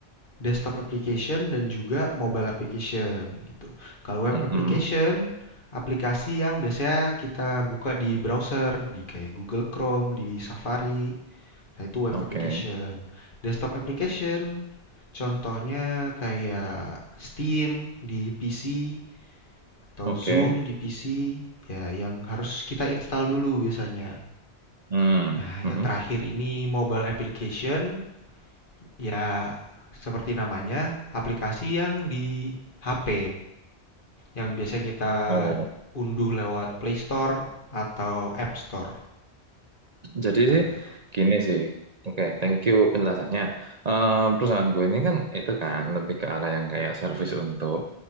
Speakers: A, on the left; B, on the right.
A: desktop application, dan juga mobile application gitu. Kalau web
B: Mm-mm.
A: application, aplikasi yang biasanya kita buka di browser, di kayak Google Chrome, di Safari, Nah, itu web
B: Oke,
A: application. Desktop application contohnya kayak Steam di PC atau
B: Oke,
A: Zoom di PC ya yang harus kita install dulu biasanya.
B: Hmm,
A: Nah,
B: Mm-mm.
A: yang terakhir ini mobile application ya seperti namanya, aplikasi yang di HP yang biasa kita
B: Oh,
A: unduh lewat Play Store atau App Store.
B: jadi
A: Nah,
B: sih gini sih. Oke, thank you penjelasannya. Eh, perusahaan gue ini kan itu kan lebih ke arah yang kayak service untuk